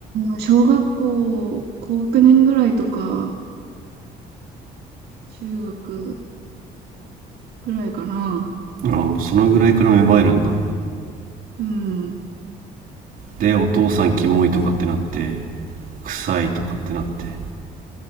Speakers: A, on the right; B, on the right.
A: ん、小学校、高学年ぐらいとか、中学ぐらいかな。
B: うな。ああ、もうそのぐらいから芽生えるんだ。
A: うん。
B: で、お父さんキモいとかってなって、臭いとかってなって。